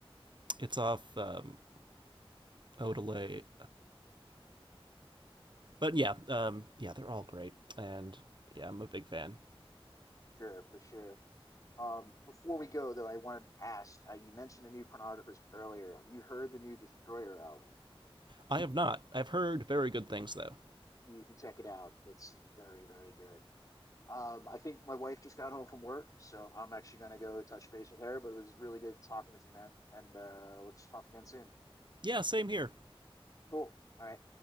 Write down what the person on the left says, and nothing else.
sure, for sure. Um, before we go though, I wanted to ask, uh, you mentioned the new pornographers earlier. Have you heard the new Destroyer album?
You can check it out. It's very, very good. Um, I think my wife just got home from work, so I'm actually gonna go touch base with her. But it was really good talking with you, man. And uh, let's talk again soon.
Cool. All right.